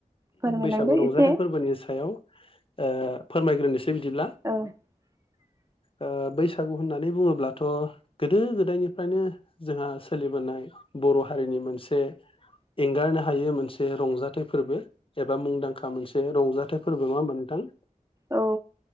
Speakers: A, on the right (about 20°); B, on the left (about 40°).
A: फोरमायलांदो
B: बैसागु रंजाथाइ
A: एसे
B: फोरबोनि सायाव ओ फोरमायग्रोनोसै बिदिब्ला
A: औ <inaudible>
B: ओ बैसागु होननानै बुङोब्लाथ' गोदो गोदायनिफ्रायनो जोंहा सोलिबोनाय बर' हारिनि मोनसे
A: <inaudible>
B: एंगारनो हायो मोनसे रंजाथाइ फोरबो एबा मुंदांखा मोनसे रंजाथाइ फोरबो मा होमबा नोंथां।
A: औ।